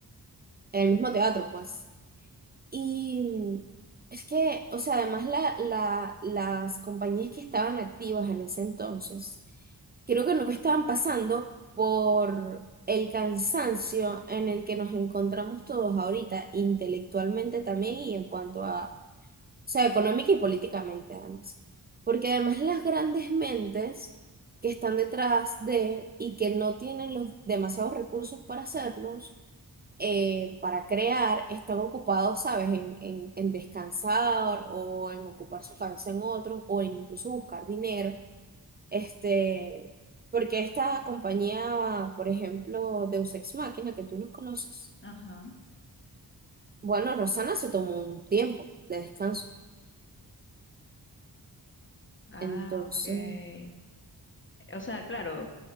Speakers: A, on the right (about 25°); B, on the left (about 30°).
A: en el mismo teatro, pues. Y mm, es que, o sea, además la, la, las compañías que estaban activas en ese entonces, creo que no estaban pasando por el cansancio en el que nos encontramos todos ahorita, intelectualmente también y en cuanto a sea, económica y políticamente además. Porque además las grandes mentes que están detrás de y que no tienen los demasiados recursos para hacerlos, eh, para crear, están ocupados, ¿sabes?, en, en, en descansar o en ocupar su cabeza en otros o en incluso buscar dinero. Este, porque esta compañía, por ejemplo, Deus Ex Machina, que tú nos conoces,
B: Ajá.
A: bueno, Rosana se tomó un tiempo de descanso.
B: Ah,
A: Entonces...
B: ok. O sea, claro,